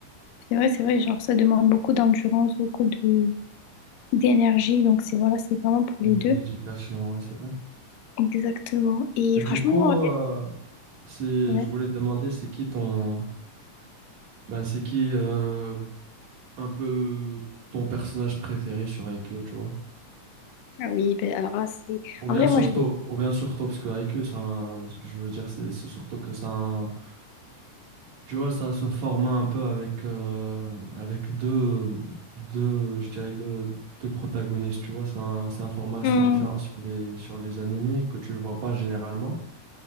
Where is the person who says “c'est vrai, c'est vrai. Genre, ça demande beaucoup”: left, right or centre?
Left